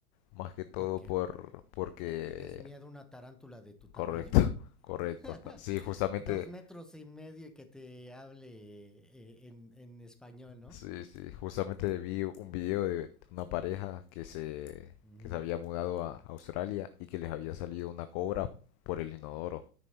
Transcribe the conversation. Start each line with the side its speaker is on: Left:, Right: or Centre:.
Left: más que todo
Centre: ¿Por qué?
Left: por porque
Centre: ¿Tienes miedo a una tarántula de tu tamaño?
Left: correcto, <laughs> correcto.
Centre: <laughs>
Left: está- Sí, justamente,
Centre: Dos metros y medio y que te hable eh, en, en español, ¿no?
Left: sí, sí, justamente vi un video de una pareja que se
Centre: Ujú.
Left: que se había mudado a Australia y que les había salido una cobra por el inodoro.